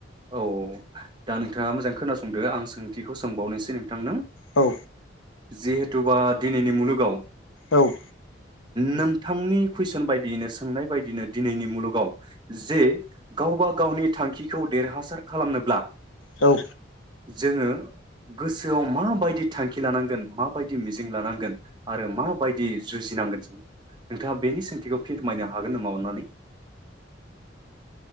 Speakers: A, on the right; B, on the left.
A: औ दा नोंथाङा मोजां खोना सोंदो आं सोंथिखौ सोंबावनोसै नोंथां नो
B: औ
A: जिहेथुबा दिनैनि मुलुगाव
B: औ
A: नोंथांनि कुइसन बायदियैनो सोंनाय बायदियैनो दिनैनि मुलुगाव जे गावबा गावनि थांखिखौ देरहासार खालामनोब्ला
B: औ
A: जोङो गोसोआव माबायदि थांखि लानांगोन माबायदि मिजिं लानांगोन आरो माबायदि जुजिनांगोन जों नोंथाङा बेनि सोंथिखौ फोरमायनो हागोन नामा अन्नानै